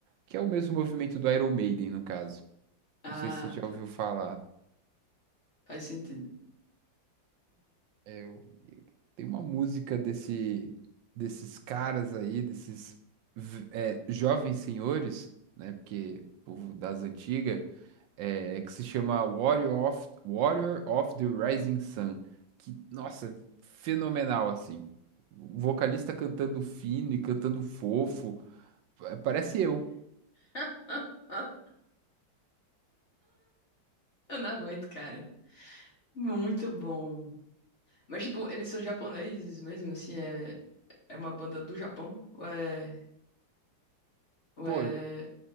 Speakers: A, on the right; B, on the left.
A: que é o mesmo movimento do Iron Maiden, no caso.
B: Ah,
A: Não sei se você já
B: tá.
A: ouviu falar.
B: Faz sentido.
A: É, o- tem uma música desse, desses caras aí, desses v- é, jovens senhores, né? Porque povo das antigas, é, que se chama Warrior of, Warrior of the Rising Sun, que, nossa, fenomenal, assim. O vocalista cantando fino e cantando fofo, é, parece eu.
B: <laughs> Eu não aguento, cara. Muito bom. Mas, tipo, eles são japoneses mesmo, assim, é, é uma banda do Japão? Ou é, ou
A: Pô,
B: é
A: é,